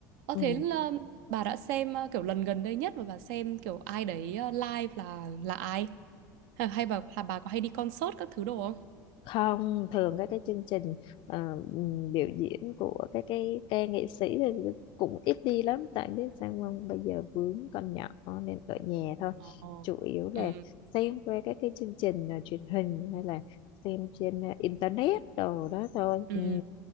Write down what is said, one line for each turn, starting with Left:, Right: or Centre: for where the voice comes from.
Right: Ờ
Left: ừ
Right: thế là bà đã xem ờ, kiểu lần gần đây nhất mà bà xem kiểu ai đấy ờ, live là là ai? Hay, hay bà hay bà có hay đi concert các thứ đồ không?
Left: không thường các cái chương trình ờ, ừm, biểu diễn của các cái ca nghệ sĩ thì cũng ít đi lắm tại biết sao không bây giờ vướng con nhỏ nên ở nhà thôi
Right: Ờ.
Left: chủ yếu
Right: Ừ.
Left: là xem qua các cái chương trình ờ, truyền hình hay là xem trên ờ, internet đồ đó thôi
Right: Ừ.
Left: ừ.